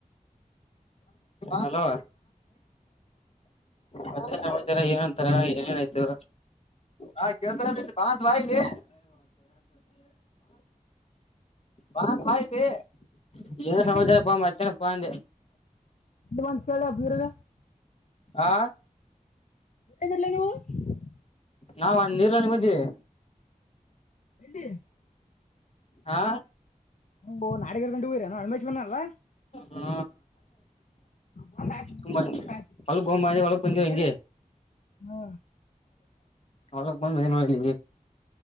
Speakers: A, on the left (about 45°); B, on the left (about 60°).
A: ಹಲೋ,, ಮತ್ತೆ ಸಮಾಚಾರ ಏನ್ ಅಂತಾರ ಏನ್ಏನಾಯ್ತು. ಹಾ ಕೇಳ್ತ ಮಾಾತ್ ಬಾ ಇಲ್ಲಿ ಬಲ್ಲಿ ಏನ
B: ಎಲ್ಲಿ
A: ಸಮಾಚಾರ ಪ ಅತ್ತನಪ್ಪಾಂದೆ.
B: ಇ ಒಂದ ಕೇಳ ಬೀರಳ.
A: ಹಾ,
B: ತ್ತದಲ್ಲ ನೀವು <inaudible>
A: ನಾವಾ ಹ ನೀರಾಣಿಗೆ ಬಂದೀವಿ.
B: ಎಲ್ಲಿ
A: ಹಾ,
B: ಹ ನಾಡಗ ಗಂಡ ಹುರ <unintelligible> ಹಣಮೇಶ್ ಬಂದನಲ್ಲ.
A: ಹಾ,
B: ಬಂದ್ ಆಯ್ತು ನೀವು,
A: ತುಂಬಾ
B: ಬಂದ್
A: <inaudible>
B: ಆಯ್ತು
A: ಹೊ ಗಂಬಿ ಹೊಳ ಕೊಂಚ ಇಗೆ <inaudible>
B: ಹಾ,
A: ಅವಲ ಮನ್ ಮಜ ಮಾಡಲಿಗೆ <unintelligible>